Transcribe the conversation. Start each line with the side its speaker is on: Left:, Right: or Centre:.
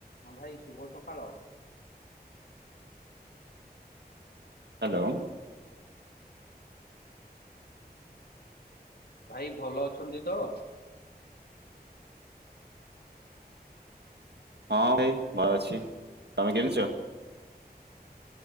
Left: ହଁ ଭାଇ ଶୁଭ ସକାଳ।
Right: ହ୍ୟାଲୋ।
Left: ଭାଇ ଭଲ ଅଛନ୍ତି ତ?
Right: ହଁ ଭାଇ ଭଲ ଅଛି। ତମେ କେମିତି ଅଛ?